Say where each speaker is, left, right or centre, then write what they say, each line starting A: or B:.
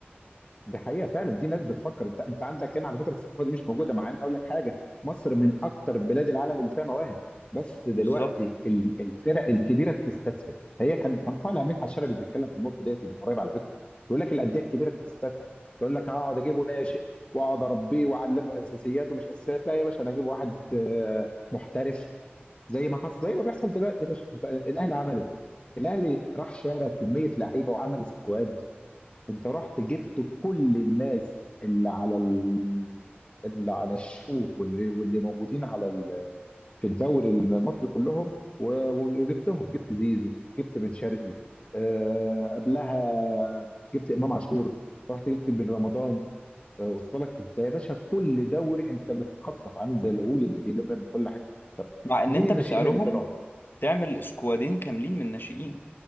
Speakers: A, on the left; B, on the left.
A: دي حقيقة فعلا دي ناس بتفكر انت انت عندك هنا على فكرة الثقافة دي مش موجودة مع ان اقول لك حاجة مصر من اكتر بلاد العالم اللي فيها مواهب بس دلوقتي
B: بالظبط
A: ال- الفرق الكبيرة بتستسهل هي كان كان طالع مدحت شلبي بيتكلم في النقطة ديت من قريب على فكرة يقول لك الأندية الكبيرة بتستسهل تقول لك هقعد اجيبه ناشئ واقعد اربيه واعلمه اساسيات ومش اساسيات لا يا باشا انا اجيب واحد آه، محترف زي ما حصل زي ما بيحصل دلوقتي يا باشا انت- الاهلي عمل ايه؟ الاهلي راح شارى كمية لعيبة وعمل سكواد انت رحت جبت كل الناس اللي على ال... اللي على الشو واللي واللي موجودين على ال... في الدوري المصري كلهم و... و- وجبتهم جبت زيزو جبت بن شرقي آه... قبلها جبت امام عاشور رحت جبت بن رمضان آه، وصل لك انت يا باشا كل دوري انت بتخطف عامل زي الغول اللي بيلم من كل حته طب
B: مع ان
A: مين
B: انت
A: الناشئين
B: بسعرهم
A: اللي طلعوا
B: تعمل سكوادين كاملين من الناشئين